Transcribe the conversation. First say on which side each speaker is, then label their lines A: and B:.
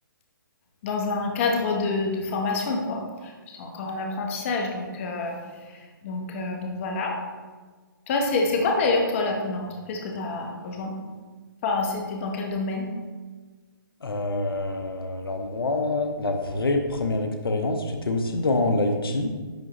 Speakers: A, on the left (about 35°); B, on the left (about 80°).
A: dans un cadre de, de formation, quoi. J'étais encore en apprentissage, donc, euh, donc, euh, donc voilà. Toi, c'est c'est quoi d'ailleurs, toi, la première entreprise que tu as rejoint? Enfin, c'était dans quel domaine?
B: Euh, alors moi, la vraie première expérience, j'étais aussi dans l'IT